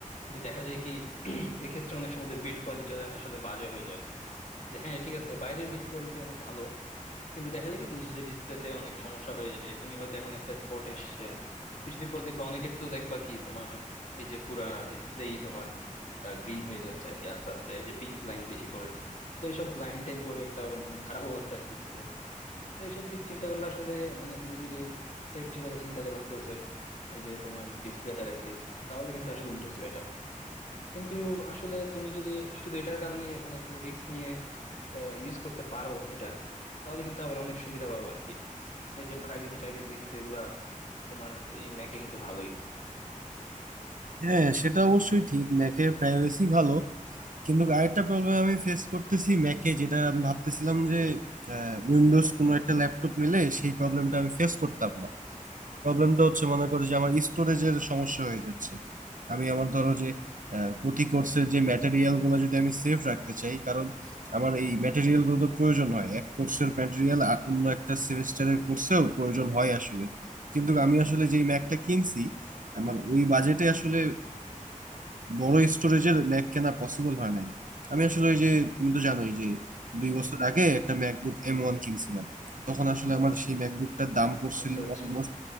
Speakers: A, on the left; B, on the right.
A: যে দেখা যায় কি <clears throat> এক্ষেত্রে অনেক সময় বিল্ড কোয়ালিটি আসলে বাজে হয়ে যায় আর কি যে হ্যাঁ ঠিক আছে বাইরের বিল্ড কোয়ালিটি অনেক ভালো কিন্তু দেখা যায় কি দিন শেষে ডিসপ্লেতে অনেক সমস্যা হয়ে যায় তুমি হয়তো এখন একটা স্পট এসছে কিছুদিন পর দেখবা অনেকের তো দেখবা কি তোমার এই যে পুরা ডিসপ্লেই তোমার গ্রিন হয়ে যাচ্ছে আর কি আস্তে আস্তে যে পিঙ্ক লাইন বেশি পড়ে তো এইসব লাইন টাইন পরে একটা মানে খারাপ অবস্থা আর কি ডিসপ্লে তো এইসব দিক চিন্তা করলে আসলে মানে তুমি যদি সেফটির কথা চিন্তা করো উইন্ডোজ এর এই যে তোমার ডিসপ্লেটার লিস্ট তাহলে কিন্তু আসলে উইন্ডোজ বেটার কিন্তু আসলে তুমি যদি শুধু এটার কারণেই এখন একটু রিস্ক নিয়ে ইউজ করতে পারো এটা তাহলে কিন্তু আবার অনেক সুবিধা পাবো আর কি এই যে প্রাইভেসি টাইভেসি কিন্তু এগুলা তোমার এই ম্যাকে কিন্তু ভালোই
B: হ্যাঁ সেটা অবশ্যই ঠিক ম্যাকের প্রাইভেসি ভালো কিন্তু আরেকটা প্রবলেম আমি ফেস করতেছি ম্যাকে যেটা আমি ভাবতেছিলাম যে উইন্ডোজ কোনো একটা ল্যাপটপ নিলে সেই প্রবলেমটা আমি ফেস করতাম না প্রবলেমটা হচ্ছে মনে করো যে আমার স্টোরেজের সমস্যা হয়ে যাচ্ছে আমি আমার ধরো যে আহ, প্রতি কোর্সের যে ম্যাটেরিয়াল গুলো যদি আমি সেভ রাখতে চাই কারণ আমার এই ম্যাটেরিয়াল গুলো তো প্রয়োজন হয় এক কোর্সের ম্যাটেরিয়াল অন্য একটা সেমিস্টারের কোর্সেও প্রয়োজন হয় আসলে কিন্তু আমি আসলে যেই ম্যাকটা কিনছি আমার ওই বাজেটে আসলে বড় স্টোরেজের ম্যাক কেনা পসিবল হয় নাই আমি আসলে ওই যে তুমি তো জানোই যে
A: হুম
B: দুই বছর
A: হুম
B: আগে একটা ম্যাকবুক এম ওয়ান কিনছিলাম তখন আসলে আমার সেই ম্যাকবুকটার দাম পড়ছিল
A: আচ্ছা আচ্ছা
B: অলমোস্ট